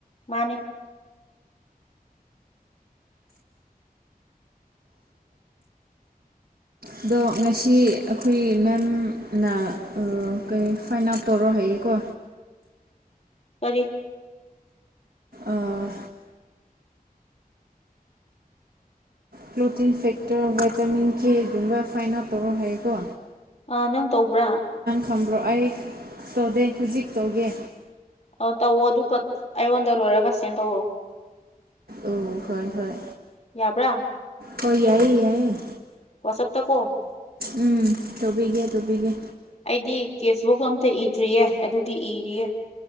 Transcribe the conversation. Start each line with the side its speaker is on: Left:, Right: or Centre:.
Left: ꯃꯥꯟꯅꯦ
Right: ꯑꯗꯣ ꯉꯁꯤ ꯑꯩꯈꯣꯏ ꯃꯦꯝ ꯅꯥ ꯑꯥ ꯀꯩ ꯐꯥꯏꯟ ꯑꯥꯎꯠ ꯇꯧꯔꯣ ꯍꯥꯏꯌꯦ ꯀꯣ
Left: ꯀꯥꯔꯤ
Right: ꯑꯥꯑꯥ ꯀ꯭ꯂꯣꯇꯤꯟ ꯐꯦꯛꯇꯔ ꯚꯥꯏꯇꯥꯃꯤꯟ ꯀꯦ ꯒꯨꯝꯕ ꯐꯥꯏꯟ ꯑꯥꯎꯠ ꯇꯧꯔꯣꯍꯥꯏꯌꯦꯀꯣ
Left: ꯑꯥ ꯅꯪ ꯇꯧꯕ꯭ꯔꯥ
Right: ꯈꯪꯕ꯭ꯔꯣ ꯑꯩ ꯇꯧꯗꯦ ꯍꯧꯖꯤꯛ ꯇꯧꯒꯦ
Left: ꯑꯣ ꯇꯧꯋꯣ ꯑꯗꯨꯒ ꯑꯩꯉꯣꯟꯗ ꯂꯣꯏꯔꯒ ꯁꯦꯟ ꯇꯧꯑꯣ
Right: ꯑꯪ ꯍꯣꯏ ꯍꯣꯏ
Left: ꯌꯥꯕ꯭ꯔꯥ
Right: ꯍꯣꯏ ꯌꯥꯏꯌꯦ-ꯌꯥꯏꯌꯦ
Left: ꯋꯥꯆꯞꯇꯀꯣ
Right: ꯎꯝ ꯇꯧꯕꯤꯒꯦ ꯇꯧꯕꯤꯒꯦ
Left: ꯑꯩꯗꯤ ꯀꯦꯁꯕꯨꯛꯀ ꯑꯝꯇ ꯏꯗ꯭ꯔꯤꯌꯦ ꯑꯗꯨꯒꯤ ꯏꯔꯤꯌꯦ